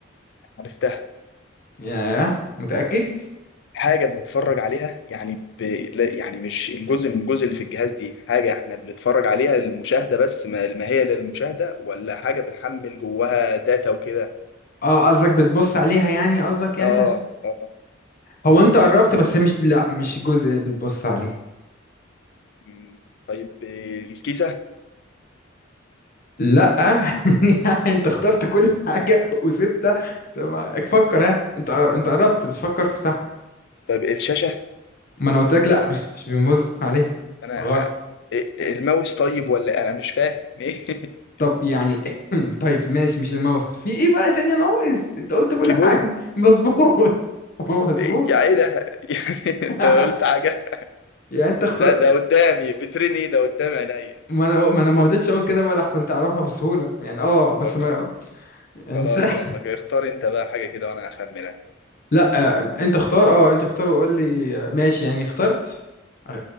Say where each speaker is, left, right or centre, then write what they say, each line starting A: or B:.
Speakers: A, on the left; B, on the left.
A: عرفتها
B: ياه متاكد
A: حاجة بنتفرج عليها يعني ب... لا يعني مش الجزء من الجزء اللي في الجهاز دي حاجة احنا بنتفرج عليها للمشاهدة بس ما... ما هي للمشاهدة ولا حاجة بنحمل جواها داتا وكده
B: اه قصدك بتبص عليها يعني قصدك يعني
A: اه اه
B: هو انت قربت بس مش لا مش الجزء اللي بتبص عليه
A: مم. طيب الكيسة
B: لا <laughs> انت اخترت كل حاجه وسبتها طب فكر ها انت قر- انت قربت بتفكر في صح
A: طيب الشاشة
B: ما انا قلت لك لا <laughs> مش مش بنبص عليها
A: انا
B: غلط
A: إيه- الماوس طيب ولا إيه؟ انا مش فاهم ايه <laughs>
B: طب يعني <clears throat> طيب ماشي مش الماوس في ايه بقى تاني ناقص انت قلت كل
A: كيبورد
B: حاجه مظبوط <laughs> هو مظبوط
A: إيه؟ يا ايه ده يعني
B: <laughs>
A: <laughs> انت قلت حاجه
B: يعني انت اختار
A: ده ده قدامي بترني إيه؟ ده قدام عينيا
B: ما انا ما انا ما رضيتش اقول كده بقى لحسن تعرفها بسهوله يعني اه بس
A: طب
B: ما
A: خ-
B: يعني
A: خلاص
B: <laughs>
A: يلا كده، اختار انت بقى حاجه كده وانا هخمنك
B: لا آه، انت اختار اه انت اختار وقول لي آه، ماشي يعني اخترت أ-